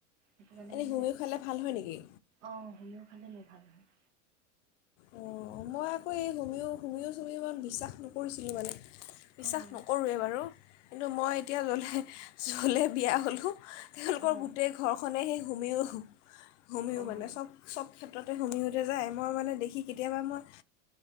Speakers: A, on the right; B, on the left.
A: সেইকাৰণে
B: এনেই
A: মানে,
B: হোমিঅ' খালে ভাল হয় নেকি
A: অ হোমিঅখালে মানে ভাল হয়।
B: অ মই আকৌ এই হোমিও হোমিও চুমিও ইমান বিশ্বাস নকৰিছিলোঁ মানে। বিশ্বাস
A: অঁ
B: নকৰোঁৱেই বাৰু। কিন্তু মই এতিয়া জলে জলে বিয়া হ'লো তেওঁলোকৰ
A: অঁ
B: গোটেই ঘৰখনে সেই হোমিও। হোমিও
A: অঁ
B: মানে চব, চব ক্ষেত্ৰতে হোমিওতে যায় মই মানে দেখি। কেতিয়াবা মই